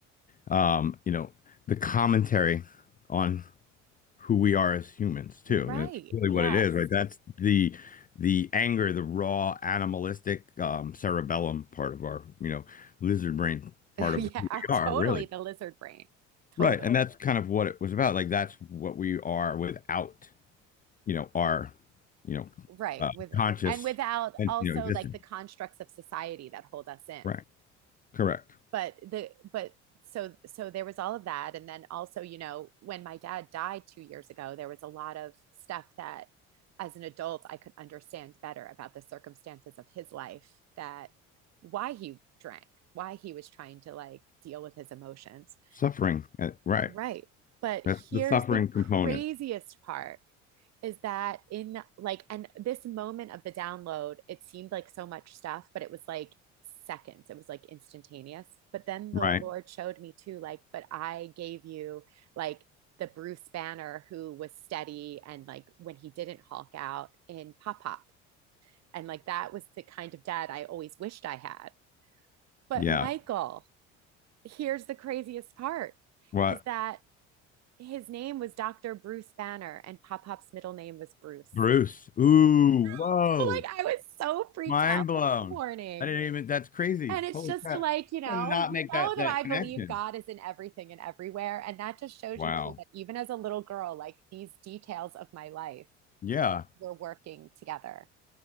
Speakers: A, on the left (about 25°); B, on the right (about 45°).
A: um, you know, the commentary on who we are as humans too.
B: Right.
A: And it's really
B: Yes.
A: what it is, right? That's the the anger, the raw animalistic um, cerebellum part of our, you know, lizard brain part
B: <laughs>
A: of
B: yeah.
A: who
B: Are
A: we are,
B: totally
A: really.
B: the lizard brain. Totally.
A: Right. And that's kind of what it was about. Like that's what we are without, you know, our, you know,
B: Right.
A: uh,
B: With
A: conscious
B: and without
A: and
B: also
A: you know existence.
B: like the constructs of society that hold us in.
A: Right. Correct.
B: but the but so so there was all of that and then also you know when my dad died 2 years ago there was a lot of stuff that as an adult I could understand better about the circumstances of his life that why he drank why he was trying to like deal with his emotions
A: Suffering. uh, Right.
B: right but
A: That's
B: here's
A: the suffering
B: the
A: component.
B: craziest part is that in like and this moment of the download it seemed like so much stuff but it was like seconds it was like instantaneous but then
A: Right.
B: the lord showed me too like but i gave you like the bruce banner who was steady and like when he didn't hulk out in pop pop and like that was the kind of dad i always wished i had but
A: Yeah.
B: michael here's the craziest part
A: What?
B: is that his name was dr bruce banner and pop pop's middle name was bruce
A: Bruce. Ooh, whoa.
B: <laughs> like I was so freaked
A: Mind
B: out
A: blown.
B: this morning.
A: I didn't even, that's crazy.
B: And it's
A: Holy
B: just
A: crap.
B: like, you know,
A: I did not
B: you
A: make that
B: know that
A: that
B: I believe
A: connection.
B: God is in everything and everywhere. And that just shows
A: Wow.
B: you too that even as a little girl, like these details of my life
A: Yeah.
B: were working together.